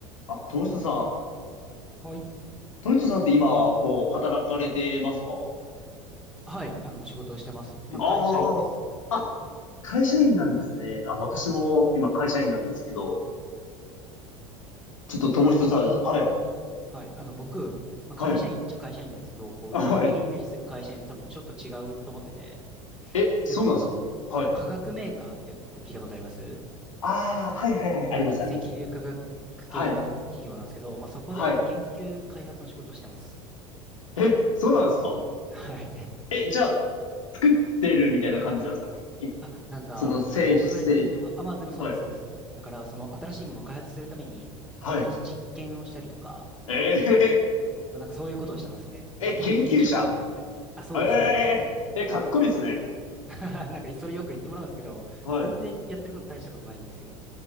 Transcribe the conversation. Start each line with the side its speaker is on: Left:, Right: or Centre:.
Left: あ、友人さん。
Centre: はい。
Left: 友人さんって今、こう、働かれてますか
Centre: はい。あの、仕事をしてます。まあ、
Left: ああー。
Centre: 会社員です。
Left: あ、会社員なんですね。あ、私も今会社員なんですけど、ちょっと友人さん、
Centre: 僕は、あの、
Left: はい、
Centre: はい。あの、僕、まあ、
Left: はい、
Centre: 会社員っちゃ会社員なんですけど、こう、
Left: あはい。
Centre: 一般的にイメージする会社員と多分ちょっと違うと思ってて、
Left: え、
Centre: っていうのが、
Left: そうなんですかはい。
Centre: あの、化学メーカーってこう聞いたことあります
Left: ああ、はいはいはい、ありますあります。
Centre: まあ、なんか、石油化学
Left: はい、
Centre: 系の企業なんですけど、まあ、そこで研究開発の仕事をしてます。
Left: はい。え、そうなんですか
Centre: はい。<laughs>
Left: え、じゃあ、作ってるみたいな感じなんですかえ
Centre: あ、なんか、
Left: その製品、
Centre: えっと、僕がやってるのは、
Left: 製品。
Centre: あ、まあ、でもそうです、
Left: はい、
Centre: そうです。だから、その、新しいものを開発するために、
Left: はい。
Centre: こう毎日実験をしたりとか、
Left: え
Centre: まあ、なんかそういうことをしてますね。
Left: ー、
Centre: まあ、
Left: <laughs> え、研究者。
Centre: 研究職ってやつです。あ、そうです、
Left: えええ、
Centre: そうです。
Left: かっこいいですね。
Centre: <laughs> なんかそれよく言ってもらうんですけど、
Left: はい
Centre: 全然やってること大したことないんですよ。